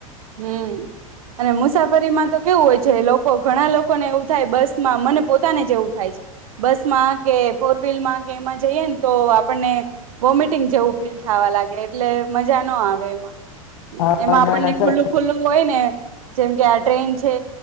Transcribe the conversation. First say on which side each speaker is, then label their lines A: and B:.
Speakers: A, on the right; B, on the left.
A: હમ્મ અને મુસાફરીમાં તો કેવું હોય છે, લોકો ઘણા લોકોને એવું થાય બસમાં મને પોતાને જેવું થાય છે, બસમાં કે ફોર વીલમાં કે એમાં જઈએ ને તો આપણનેવોમેટિંગ જેવું ફીલ થવા લાગે એટલે મજા ના આવે એમાં
B: હા,
A: એમાં
B: ના,
A: આપણને
B: ના, સર
A: ખુલ્લું હોય ને જેમ કે આ ટ્રેન છે,